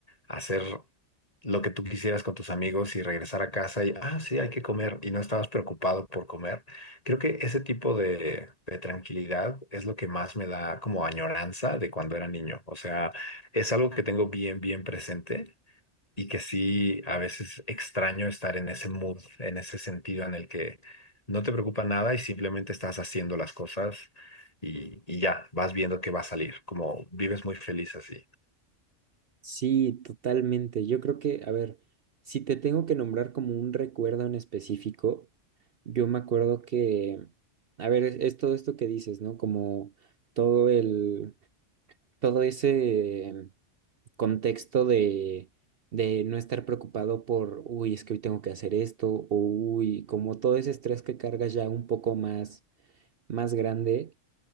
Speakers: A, on the left; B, on the right.
A: hacer lo que tú quisieras con tus amigos y regresar a casa y, ah, sí, hay que comer y no estabas preocupado por comer. Creo que ese tipo de, de tranquilidad es lo que más me da como añoranza de cuando era niño. O sea, es algo que tengo bien, bien presente y que sí, a veces extraño estar en ese mood, en ese sentido en el que no te preocupa nada y simplemente estás haciendo las cosas y, y ya, vas viendo que va a salir, como vives muy feliz así.
B: Sí, totalmente. Yo creo que, a ver, si te tengo que nombrar como un recuerdo en específico, yo me acuerdo que, a ver, es, es todo esto que dices, ¿no? Como todo el, todo ese contexto de, de no estar preocupado por, uy, es que hoy tengo que hacer esto, o uy, como todo ese estrés que cargas ya un poco más, más grande.